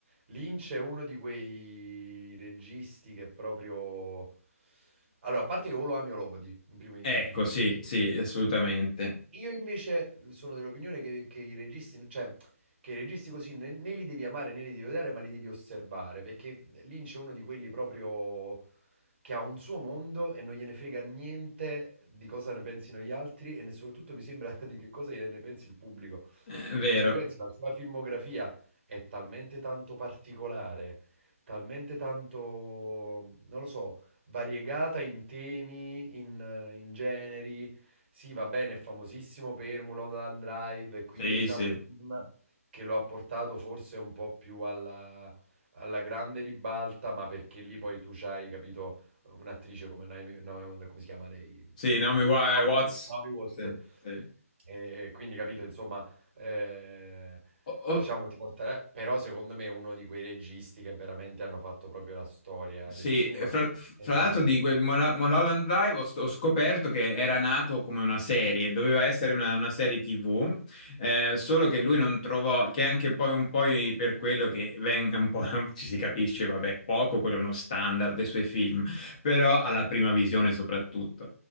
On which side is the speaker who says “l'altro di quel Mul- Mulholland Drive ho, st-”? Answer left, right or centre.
Left